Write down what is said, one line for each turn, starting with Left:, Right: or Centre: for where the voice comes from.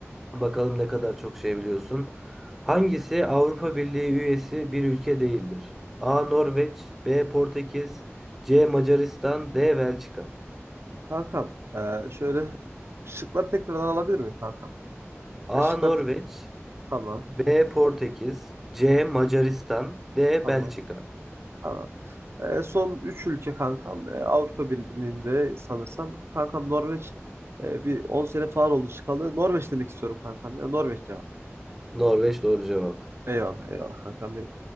Centre: Bakalım ne kadar çok şey biliyorsun. Hangisi Avrupa Birliği üyesi bir ülke değildir? A. Norveç B. Portekiz C. Macaristan D. Belçika
Right: Kankam e, şöyle şıkları tekrardan alabilir miyim kankam?
Centre: A.
Right: E, şıkları
Centre: Norveç
Right: te- tamam
Centre: B. Portekiz C. Macaristan D.
Right: tamam
Centre: Belçika
Right: tamam. E, son üç ülke kankam e, Avrupa Birliği'nde sanırsam. Kankam Norveç e, bir 10 sene falan oldu çıkalı. Norveç demek istiyorum kankam ya Norveç cevap.
Centre: Norveç doğru cevap.
Right: Eyvallah eyvallah kankam benim.